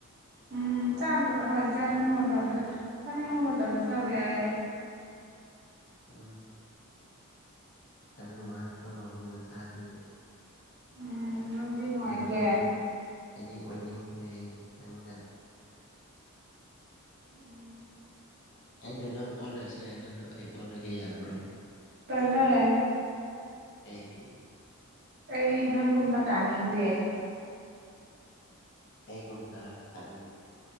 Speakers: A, on the right; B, on the left.
A: ꯎꯝ ꯍꯣꯏ ꯆꯥꯅꯤꯡꯕ
B: ꯑꯣ
A: ꯃꯇꯝꯗ ꯆꯥꯅꯤꯡꯕ ꯃꯇꯝꯗ ꯆꯥꯕ ꯌꯥꯏꯑꯦ
B: ꯎꯝ ꯌꯥꯝꯅ ꯋꯥꯀꯣ ꯃꯤ ꯃꯆꯥꯥꯗ
A: ꯎꯝ ꯅꯨꯡꯗꯤ ꯅꯨꯡꯉꯥꯏꯇꯦ
B: ꯑꯣꯏꯅꯤꯡ ꯑꯩꯗꯤ ꯑꯣꯏꯅꯤꯡꯗ꯭ꯔꯦ ꯅꯪꯒ
A: ꯎꯝ
B: ꯑꯩꯗꯣ ꯅꯪ ꯑꯣꯜꯂꯁꯦ ꯅꯪꯗꯣ ꯑꯩ ꯑꯣꯜꯂꯒꯦ ꯌꯥꯕ꯭ꯔꯣ
A: ꯇꯗ
B: ꯑꯩꯒꯤ
A: ꯑꯩ ꯅꯪꯒꯨꯝꯅ ꯀꯥꯅꯤꯡꯗꯦ
B: ꯑꯩꯒꯨꯝꯅ ꯐꯟ